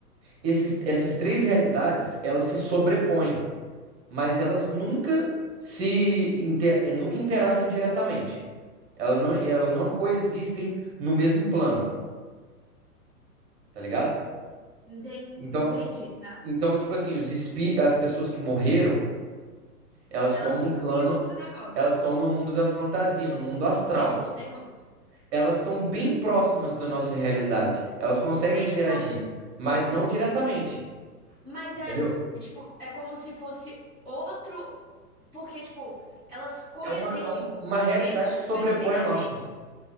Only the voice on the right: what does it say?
Esses, essas três realidades, elas se sobrepõem, mas elas nunca se inter- nunca interagem diretamente. Elas não, elas não coexistem no mesmo plano. tá ligado?
Então,
então tipo assim, os espi as pessoas que morreram, elas
estão no
plano,
elas estão no mundo da fantasia, no mundo astral.
Elas estão bem próximas da nossa realidade. Elas conseguem
interagir,
mas não diretamente,
entendeu?
É uma, é um-
uma
realidade
que sobrepõe
a
nossa.